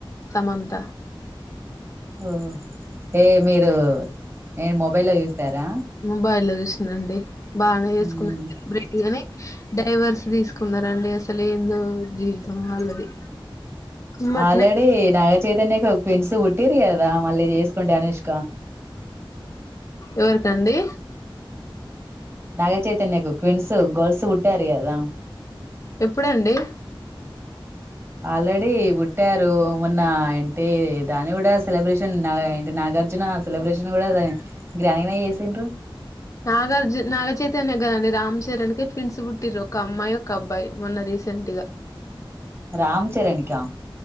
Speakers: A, on the left; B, on the right.
A: సమంత
B: ఓ ఏ మీరు నేను మొబైల్లో చూసారా
A: మొబైల్లో చూసినండి బాగానే చేసుకున్నారు
B: ఊహు
A: సెలబ్రేట్ గాని డైవర్స్ తీసుకున్నరండి అసలు ఏందో జీవితం వాళ్ళది. మొన్ననే
B: ఆల్రెడీ నాగచైతన్యకు ట్వీన్స్ ఉట్టి టిరీ కదా మళ్ళీ చేసుకుంటే అనుష్
A: ఎవరికండి.
B: నాగచైతన్యకు ట్విన్స్ గల్స్ పుట్టారు కదా
A: ఎప్పుడండి.
B: ఆల్రెడీ పుట్టారు మొన్న అంటే దాని కూడా సెలబ్రేషన్ నా అంటే నాగార్జున సెలబ్రేషన్ కూడా దా గ్రాండ్గానే చేసిండ్రు
A: నాగార్జు నాగచైతన్య కదాండి రామచరణ్కి ట్విన్స్ పుట్టిరు ఒక అమ్మాయి ఒక అబ్బాయి మొన్న రీసెంట్గా
B: రామచరన్కా